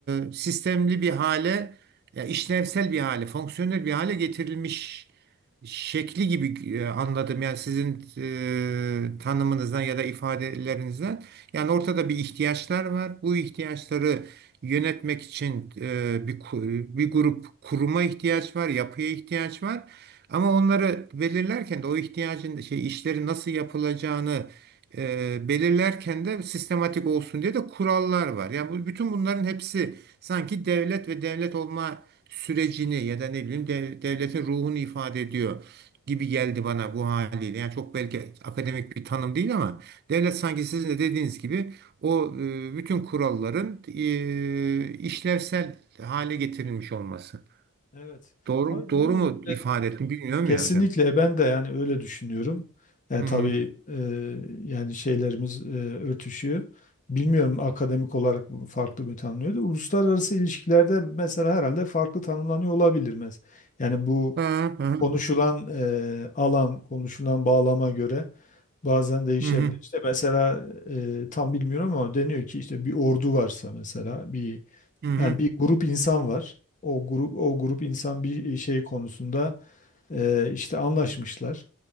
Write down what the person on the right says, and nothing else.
e, sistemli bir hale, ya işlevsel bir hale, fonksiyonel bir hale getirilmiş şekli gibi e, anladım. Yani sizin e, tanımınızdan ya da ifadelerinizden. Yani ortada bir ihtiyaçlar var. Bu ihtiyaçları yönetmek için e, bir ku- bir grup kuruma ihtiyaç var, yapıya ihtiyaç var. Ama onları belirlerken de o ihtiyacın şey işleri nasıl yapılacağını e, belirlerken de sistematik olsun diye de kurallar var. Yani bu, bütün bunların hepsi sanki devlet ve devlet olma sürecini ya da ne bileyim dev- devletin ruhunu ifade ediyor gibi geldi bana bu haliyle. Yani çok belki akademik bir tanım değil ama devlet sanki sizin de dediğiniz gibi o e, bütün kuralların e, işlevsel hale getirilmiş olması.
Doğru
doğru
mu ifade ettim bilmiyorum
ya hocam.
Hmm.
Ha, ha,
hı hı,
hı hı.